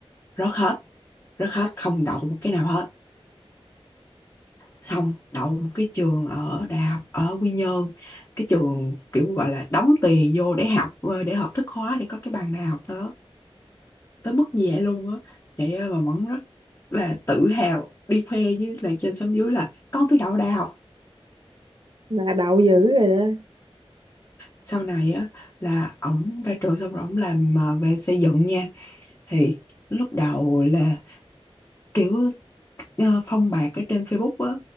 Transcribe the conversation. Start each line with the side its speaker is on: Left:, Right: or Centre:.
Left: rớt hết rớt hết không đậu một cái nào hết xong đậu một cái trường ở đại học ở Quy Nhơn cái trường kiểu gọi là đóng tiền vô để học ờ, để học thức hóa để có cái bằng đại học đó tới mức như vậy luôn á vậy á mà vẫn rất là tự hào đi khoe với là trên xóm dưới là con tôi đậu đại học
Right: là đậu dữ rồi đó
Left: sau này á là ổng ra trường xong rồi ổng làm ờ, về xây dựng nha thì lúc đầu là kiểu ờ, phong bạc ở trên Facebook á